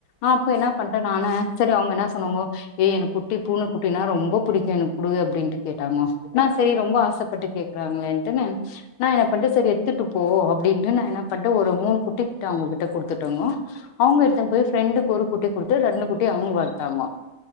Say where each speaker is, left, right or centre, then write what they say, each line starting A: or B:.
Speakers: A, on the left (about 80°); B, on the left (about 40°).
A: ஆ அப்ப யென்ன பண்டே நானு சரி அவ்ங்க யென்ன சொன்னாங்கோ ஏய் எனக்கு குட்டி பூனை குட்டினா ரொம்ப புடிக்கும் எனக்கு குடு அப்டின்னுட்டு கேட்டாங்கோ நா செரி ரொம்ப
B: ம்
A: ஆசைப்பட்டு கேக்குறாங்களேன்ட்டு நா யென்னபண்ட்டன்
B: ம்
A: சரி யெடுத்துட்டு போ அப்டின்ட்டு நா யென்ன பண்ட்டன் ஒரு மூணு குட்டி கிட்ட அவ்ங்ககிட்ட குடுத்துட்டோங்கோ அவங்க
B: ம்
A: எடுத்துன்ன போய் ஃப்ரெண்டுக்கு ஒரு குட்டி குடுத்து ரெண்டு குட்டி அவ்ங்கோ வளத்தாங்கோ